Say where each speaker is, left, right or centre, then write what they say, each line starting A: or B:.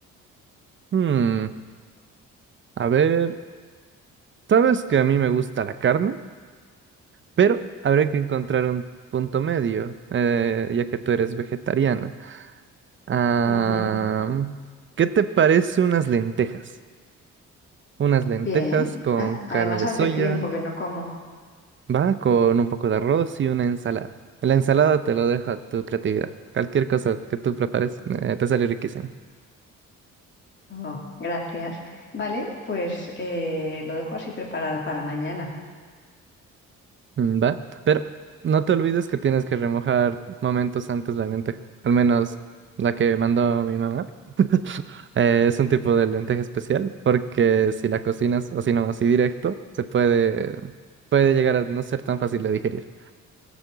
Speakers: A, on the right; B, on the left.
A: Hmm, a ver, sabes que a mí me gusta la carne, pero habrá que encontrar un punto medio, eh, ya que tú eres vegetariana. Ah,
B: Ujú,
A: ¿qué te parece unas lentejas? Unas lentejas
B: Bien.
A: con
B: A-
A: carne
B: además,
A: de
B: hace
A: soya,
B: tiempo que no como.
A: va, con un poco de arroz y una ensalada. La ensalada te lo dejo a tu creatividad. Cualquier cosa que tú prepares, eh, te sale riquísimo.
B: Oh, gracias. Vale, pues eh, lo dejo así preparado para mañana.
A: Mm, ¿Va? Pero no te olvides que tienes que remojar momentos antes la lenteja. Al menos la que mandó mi mamá. <laughs> Eh, es un tipo de lenteja especial porque si la cocinas así no, así directo, se puede, puede llegar a no ser tan fácil de digerir.